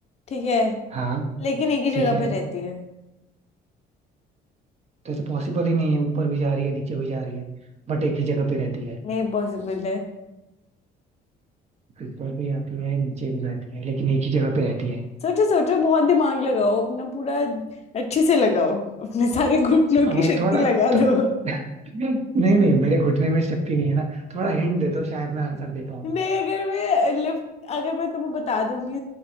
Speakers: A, on the left (about 40°); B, on the right (about 40°).
A: ठीक है
B: हाँ
A: लेकिन एक ही जगह
B: ठीक है
A: पे रहती है
B: तो ऐसे पॉसिबल ही नहीं है ऊपर भी जा रही है नीचे भी जा रही है बट एक ही जगह पे रहती है
A: नहीं पॉसिबल है
B: ऊपर भी आती है नीचे भी जाती है लेकिन एक ही जगह पे रहती है
A: सोचो सोचो बहुत दिमाग लगाओ अपना पूरा अच्छे से लगाओ अपने सारे घुटनों
B: और
A: की शक्ति
B: थोड़ा
A: लगा
B: तो-
A: दो
B: <laughs> नहीं नहीं मेरे घुटने में शक्ति नहीं है ना थोड़ा हिंट दे दो शायद मैं आंसर दे पाऊँ
A: नहीं अगर मैं लिफ्ट अगर मैं तुम्हें बता दूंगी